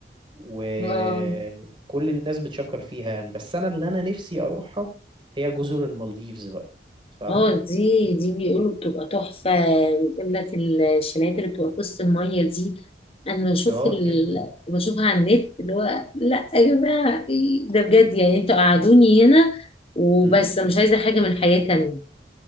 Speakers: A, on the right (about 30°); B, on the left (about 35°).
A: وكل
B: آه
A: الناس بتشكر فيها يعني بس انا اللي انا نفسي اروحها هي جزر المالديفز بقى فاهمة؟
B: اه دي دي بيقولوا بتبقى تحفة بيقول لك الشنايات اللي بتبقى في وسط المية دي أنا بشوف
A: اه
B: ال...
A: جدا
B: بشوفها على النت اللي هو لأ يا جماعة إيه ده بجد يعني انتوا قعدوني هنا وبس
A: مم.
B: أنا مش عايزة حاجة من الحياة تانية